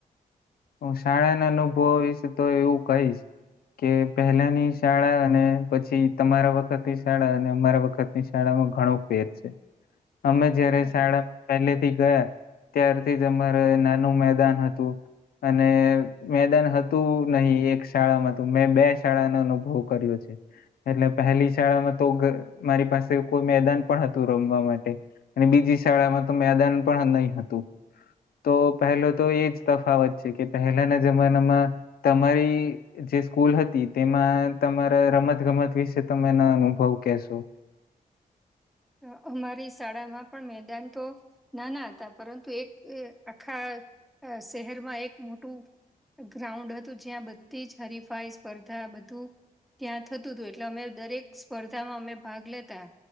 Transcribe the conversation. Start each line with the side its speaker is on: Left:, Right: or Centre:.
Left: હું શાળાના અનુભવો વિશે તો એવું કઈશ કે પહેલાની શાળા અને પછી તમારા વખતની શાળા અને અમારા વખતની શાળામાં ઘણો ફેર છે અમે જયારે
Centre: બરાબર.
Left: શાળા પહેલેથી ગયા ત્યારથી જ અમારે નાનું મેદાન હતું. અને મેદાન હતું નહી એક શાળામાં તો મેં બે શાળાનો અનુભવ કર્યો છે. એટલે પહેલી શાળામાં તો મારી પાસે કોઈ મેદાન પણ હતું રમવા માટે. અને બીજી શાળામાં તો મેદાન પણ નહી હતું. તો પહેલો તો એજ તફાવત છે એ કે પહેલાના જમાનામાં તમારી જે સ્કૂલ હતી તેમાં તમારે <unintelligible> રમત-ગમત વિશે તમે એના અનુભવ કેહેશો.
Centre: અહ અમારી શાળામાં પણ મેદાન તો નાના હતા, પરંતુ એક અહ આખા અહ શહેરમાં એક મોટું ગ્રાઉન્ડ હતું, જ્યાં બધી જ હરીફાઈ, સ્પર્ધા બધું ત્યાં થતું તું એટલે અમે દરેક સ્પર્ધામાં અમે ભાગ લેતા.